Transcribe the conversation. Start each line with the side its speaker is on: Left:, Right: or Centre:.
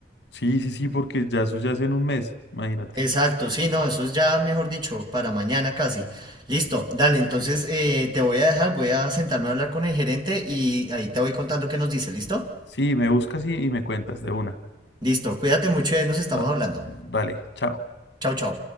Left: Sí, sí, sí, porque ya eso ya es en un mes, imagínate.
Right: Exacto, sí, no, eso es ya, mejor dicho, para mañana casi. Listo, dale, entonces eh, te voy a dejar, voy a sentarme a hablar con el gerente y ahí te voy contando qué nos dice, ¿listo?
Left: Sí, me buscas y, y me cuentas de una.
Right: Listo, cuídate mucho y ahí nos estamos
Left: Da-
Right: hablando.
Left: Dale, chao.
Right: Chao, chao.